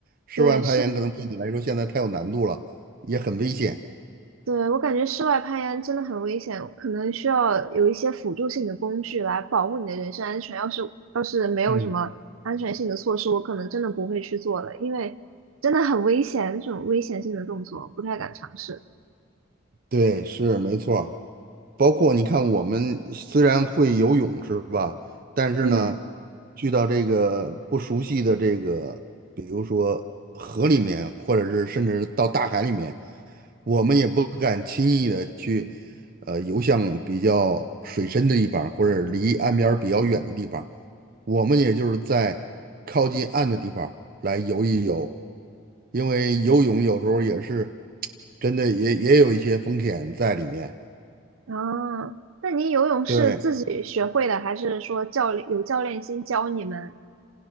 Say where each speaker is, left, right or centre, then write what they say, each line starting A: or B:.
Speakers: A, on the right (about 45°); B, on the right (about 85°).
A: 室外攀岩可能对你来说现在太有难度了，
B: 对，是。
A: 也很危险。
B: 对，我感觉室外攀岩真的很危险，可能需要有一些辅助性的工具来保护你的人身安全。要是要是没有什么安全性的措施，
A: 嗯
B: 我可能真的不会去做的，因为真的很危险，这种危险性的动作不太敢尝试。
A: 对，是没错儿。包括你看，我们虽然会游泳是吧？但是呢，
B: 嗯，
A: 去到这个不熟悉的这个，比如说，或者是甚至到大海里面。我们也不敢轻易的去，呃，游向比较水深的地方，或者离岸边儿比较远的地方。我们也就是在靠近岸的地方来游一游，因为游泳有时候也是真的也也有一些风险在里面。
B: 哦，那你游泳是自己学会的，
A: 对，
B: 还是说教练有教练先教你们？